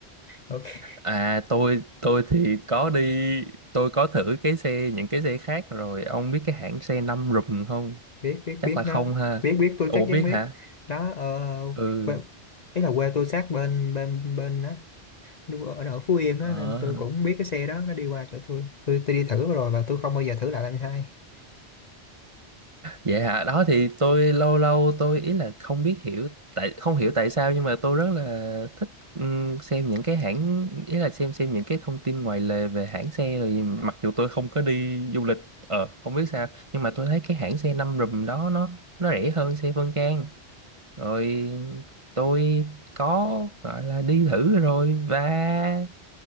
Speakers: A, on the left; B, on the right.
A: ok
B: À tôi tôi thì có đi tôi có thử cái xe những cái xe khác rồi ông biết cái hãng xe năm rùm không?
A: biết biết
B: Chắc
A: biết
B: là không
A: nó
B: ha.
A: biết biết tôi
B: Ủa
A: chắc
B: biết
A: chắn biết
B: hả?
A: nó ờ,
B: Ừ.
A: bên- ý là quê tôi sát bên bên bên á nu- ở, ở Phú Yên á
B: Ờ.
A: nên tôi cũng biết cái xe đó nó đi qua chỗ tôi tôi tôi đi thử rồi và tôi không bao giờ thử lại lần hai
B: Vậy hả? Đó thì tôi lâu lâu tôi ý là không biết hiểu tại không hiểu tại sao nhưng mà tôi rất là thích ừm, xem những cái hãng ý là xem xem những cái thông tin ngoài lề về hãng xe rồi gì. mặc dù tôi không có đi du lịch ờ không biết sao nhưng mà tôi thấy cái hãng xe năm rùm đó nó nó rẻ hơn xe Phương Trang rồi tôi có gọi là đi thử rồi và